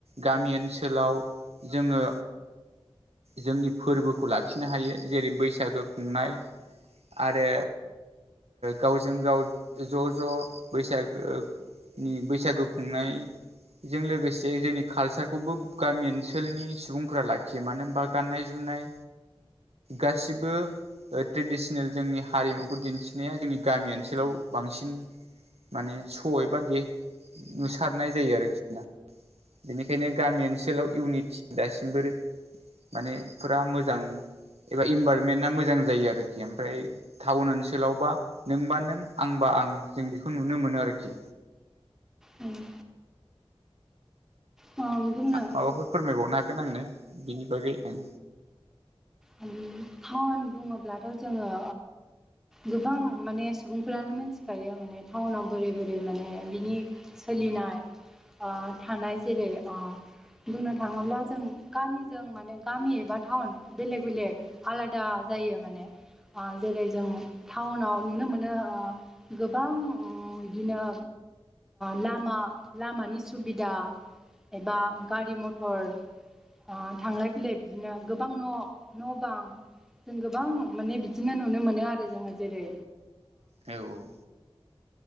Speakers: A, on the right (about 85°); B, in the centre.
A: गामि ओनसो सोलाव जोङो जोंनि फोरबोखौ लाखिनो हायो जेरै बैसागो खुंनाय। आरो गावजों गाव ज' ज' बैसागो। ओम बैसागु खुंनाय। जों लोगोसे जोंनि कालसारखौबो गामि ओनसोलनि सुबुंफोरा लाखियो मानो होनबा गाननाय- जोमनाय, गासिबो ट्रेडिसनेल जोंनि हारिमुखौ दिन्थिनाया जोंनि गामि ओनसोलाव बांसिन माने सयै एबादि नुसारनाय जायो आरोखि बेनिखायनो गामि ओनसोलाव इउनिटि दासिमबो माने फोरा मोजां एबा इनभाररमेन्टा मोजां। जायो आरोखि ओमफ्राय टाउन ओनसोलावबा नोंबा नों आंबा आं जों बेखौ नुनो मोनो आरोखि
B: उम। उम बुंनो
A: आ माबाफोर फोरमायबावनो हागोन आंनो बिनि बागै ओं
B: <inaudible> <unintelligible> बुङोब्लाथ' जोङो गोबां माने सुबुंफ्रानो मिथिखायो माने टाउनाव बोरै बोरै माने बिनि सोलिनाय थानाय जेरै- बुंनो थाङोब्ला जों गामिजों माने गामि एबा टाउन बेलेग बेलेग आलादा जायो माने जेरै जों टाउनाव नुनो मोनो गोबां इदिनो लामा लामानि सुबिदा एबा गारि मथर थांलाय फैलाय बिदिनो गोबां न' न' बां जों गोबां माने बिदिनो नुनो मोनो आरो जोङो जेरै
A: औ औ